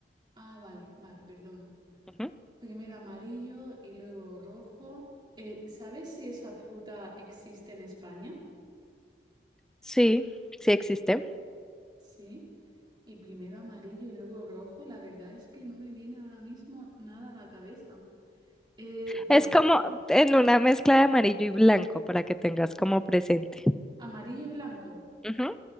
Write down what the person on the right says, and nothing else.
Ah, vale, vale, perdona.
Primero amarillo y luego rojo. Eh, ¿sabes si esa fruta existe en España?
Sí. Y primero amarillo y luego rojo. La verdad es que no me viene ahora mismo nada a la cabeza. Eh, vale,
amarillo y blanco.